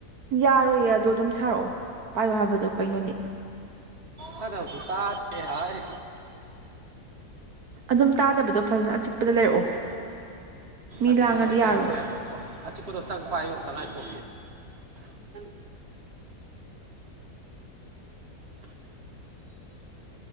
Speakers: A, on the right; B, on the right.
A: ꯌꯥꯔꯣꯏꯌꯦ ꯑꯗꯣ ꯑꯗꯨꯝ ꯁꯥꯔꯛꯑꯣ ꯄꯥꯏꯌꯣ ꯍꯥꯏꯕꯗꯣ ꯀꯩꯅꯣꯅꯤ
B: ꯀꯁꯨ ꯇ ꯍꯥꯏ
A: ꯑꯗꯨꯝ ꯇꯥꯗꯕꯗꯣ ꯐꯖꯅ ꯑꯆꯤꯛꯄꯗ ꯂꯩꯔꯛꯑꯣ ꯃꯤ
B: ꯑꯁꯤꯄꯗꯧ
A: ꯂꯥꯡꯉꯗꯤ
B: ꯑꯩ
A: ꯌꯥꯔꯣꯏꯕ
B: ꯆꯪꯈꯤꯦ ꯍꯥꯏꯈꯣ ꯑꯁꯤ ꯀꯗꯧ ꯆꯪꯄ ꯍꯥꯏꯌꯣꯛꯛꯇꯅ ꯍꯥꯏꯈꯣ
A: ꯎꯝ <inaudible>